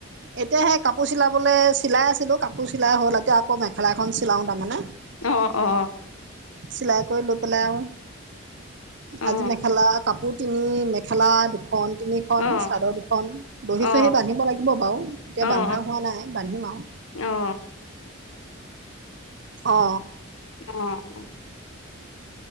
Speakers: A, on the right; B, on the left.
A: এতিয়া সেই কাপোৰ চিলাবলৈ চিলাই আছিলোঁ কাপোৰ চিলাই হ'ল এতিয়া আকৌ মেখেলা এখন চিলাওঁ তাৰমানে,
B: অ অ
A: চিলাই কৰি লৈ পেলাও আৰু,
B: অ অ
A: আজি মেখেলা কাপোৰ, তিনি মেখেলা দুখন, দুখন তিনিখন
B: অ
A: চাদৰ দুখন দহি
B: অ অ
A: চহি বান্ধিব লাগিব বাৰু এতিয়া
B: অ
A: বান্ধা হোৱা নাই বান্ধিম আৰু,
B: অ
A: অ
B: অঁ অঁ।